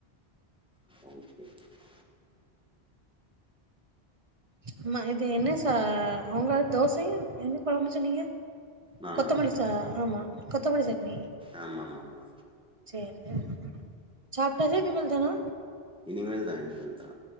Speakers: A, in the centre; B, on the right.
A: ஓகே <unintelligible>
B: ஆமா இது என்ன ச அவுங்க தோசையு என்ன கொழம்பு சொன்னீங்க
A: நானா
B: கொத்தமல்லி ச ஆமா கொத்தமல்லி சட்னி
A: ஆமா ஆமா ஆமா
B: சேரி சாப்டாச்சா இனிமேல் தானா
A: இனிமேல்தா இனிமேல்தா